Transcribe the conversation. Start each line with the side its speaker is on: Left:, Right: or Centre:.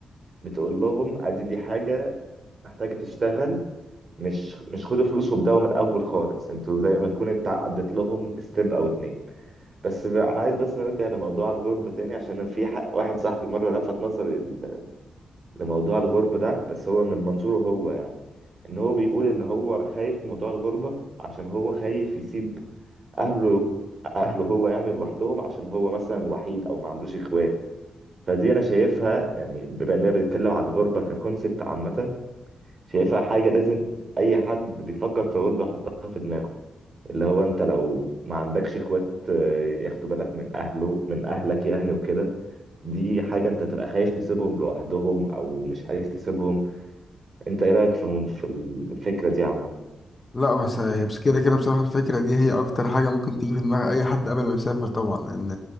Right: بتقول لهم ادي دي حاجه محتاجه تشتغل مش مش خدوا فلوس وابدأوا من الأول خالص انتوا زي ما تكون انت عديت لهم ستيب أو اتنين بس ب- أنا عايز بس نرجع لموضوع الغربة تاني عشان في ح- واحد صاحبي مرة لفت نظري ل- لموضوع الغربة ده بس هو من منظوره هو يعني إن هو بيقول إن هو خايف من موضوع الغربة عشان هو خايف يسيب أهله أهله هو يعني لوحدهم عشان هو مثلا وحيد أو ما عندوش إخوات فدي أنا شايفها يعني بما إننا بنتكلم على الغربة ككونسبت عامة شايفها حاجة لازم أي حد بيفكر في غربة يحطها في دماغه اللي هو أنت لو ما عندكش إخوات آه، ياخدوا بالك من أهله من أهلك يعني وكده دي حاجة أنت تبقى خايف تسيبهم لوحدهم أو مش عايز تسيبهم أنت إيه رأيك في في الفكرة دي عامة؟
Left: لا بس هي- بس كده كده بصراحة الفكرة دي هي أكتر حاجة ممكن تيجي في دماغ أي حد قبل ما يسافر طبعا لأن